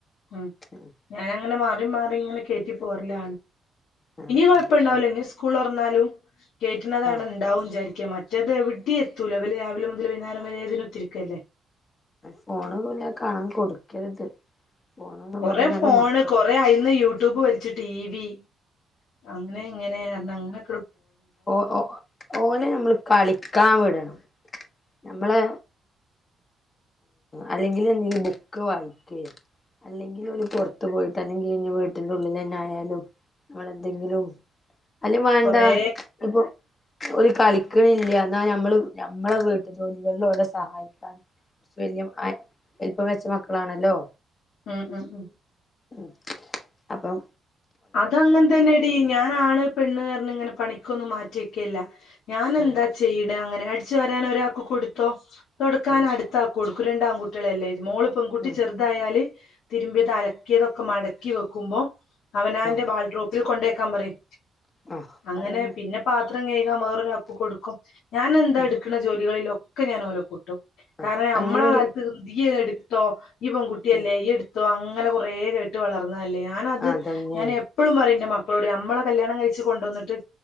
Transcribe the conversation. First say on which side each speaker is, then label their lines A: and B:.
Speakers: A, on the left; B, on the left.
A: ഉം
B: ആഹ്
A: ഇങ്ങനെ മാറി മാറി ഇങ്ങനെ കേറ്റി പൊറില്ല
B: ആഹ്
A: കുഴപ്പണ്ടാവുല്ല
B: ആഹ്
A: എന്നാലും കേറ്റുന്നത് അവിടെ
B: ആഹ്
A: ഉണ്ടാവും വിചാരിക്ക മറ്റേത് എവിടെ എത്തൂലോ അവല് രാവിലെ മുതൽ വൈകുന്നേരം വരെ അതിനകത്ത് ഇരിക്ക അല്ലേ
B: ഫോണ് പോല കാണാൻ കൊടുക്കരുത് ഫോണ്ന്ന്
A: കുറെ
B: പറയുന്നത്
A: ഫോണ്
B: മക്കൾ
A: കൊറെ അയിന്ന് യൂട്യൂബ് വലിച്ചു ടി വി അങ്ങനെ ഇങ്ങനെ അങ്ങനെ
B: ഓ ഓ ഓനെ നമ്മള് കളിക്കാൻ വിടണം നമ്മളെ അല്ലെങ്കിൽ എന്തെങ്കിലും ബുക്ക് വായിക്ക അല്ലെങ്കിൽ ഒരു പുറത്ത് പോയിട്ട് അല്ലെങ്കിൽ ഇ വീട്ടിന്റെ ഉള്ളിൽ തന്നെ ആയാലും നമ്മള് എന്തെങ്കിലും അല്ല വേണ്ട
A: കൊറേ
B: ഇപ്പൊ ഒരു കളിക്കണില്ല എന്നാ നമ്മള് ഞമ്മളെ വീട്ട ജോലികളിലോടെ സഹായിക്കാൻ വലുപ്പം വെച്ച മക്കളാണല്ലോ
A: ഉം ഉം ഉം
B: മ് അപം
A: അതങ്ങൻ തന്നെടീ ഞാന് ആണ് പെണ്ണ് അർ ന്ന് ങനെ പണിക്കൊന്നും മാറ്റിവെക്കേല്ല ഞാന്എന്താ
B: ഉം
A: ചെയ്ണ് അങ്ങനെ ഞടിച്ചു വരാനൊരാക്ക് കൊടുത്തോ തൊട്ക്കാന്
B: ഉം
A: അട്ത്ത ആക്ക് കൊടുക്കും രണ്ടാങ്കുട്ടിളെലേ മോള് പെങ്കുട്ടി
B: ഉം
A: ചെർതായാല് തിര്മ്പിത് അലക്കിയതൊക്കെ മടക്കി വെക്കുമ്പൊ അവനാന്റെ
B: ആഹ്
A: ബാൾട്രോപ്പിൽ കൊണ്ടേക്കാൻ പറിം
B: ആഹ്
A: അങ്ങനെ
B: അതന്നെ
A: പിന്നെ പാ ത്രം കയകാം വേറൊരാക്ക് കൊട്ക്കും ഞാന് എന്താ
B: ഉം
A: ഇട്ക്ക്ണ ജോലികളിലൊക്കെ ഞാന് ഓലെ കൂട്ടും
B: ആഹ്
A: കാരണം ഞമ്മള
B: അങ്ങനൊരു
A: കാൽത്ത് തൊന്ന് യ്യെന്നെട്ത്തോ യ്യ് പെൺ കുട്ടിഎല്ലേ
B: ഉം
A: യ്യ്ട് തോ അങ്ങനെ കൊറേ കേട്ട് വളർന്നതല്ലേ ഞാനത്
B: അതന്നെ
A: ഞാന എപ്പളും പറയും ന്റെ മക്കളോട് ഞമ്മളൊക് കല്ല്യാണം കഴ്ച്ച് കൊണ്ടോന്ന്ട്ട്